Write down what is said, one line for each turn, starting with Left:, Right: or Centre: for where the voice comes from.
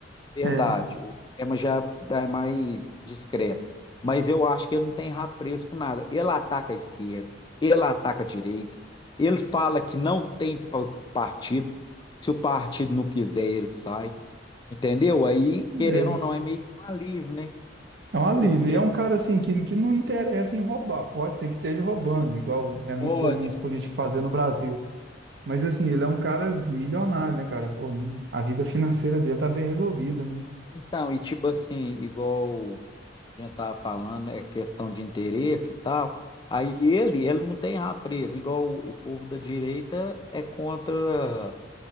Left: Verdade,
Right: É.
Left: o tema já é mais discreto. Mas eu acho que ele não tem rabo preso com nada. Ele ataca a esquerda, ele ataca a direita, ele fala que não tem pa- partido. Se o partido não quiser, ele sai. Entendeu? Aí, querendo
Right: É,
Left: ou não, é meio que um alívio, né?
Right: é um alívio.
Left: Porque
Right: E É um cara assim que, que não interessa em roubar. Pode ser que esteja roubando,
Left: Ih,
Right: igual é muito
Left: pode.
Right: comum os políticos fazer no Brasil. Mas assim, ele é um cara milionário, né, cara? Pô, a vida financeira dele tá bem resolvida, né?
Left: Então, e tipo assim, igual a gente tava falando, é questão de interesse e tal. Aí ele, ele não tem rabo preso, igual o, o povo da direita é contra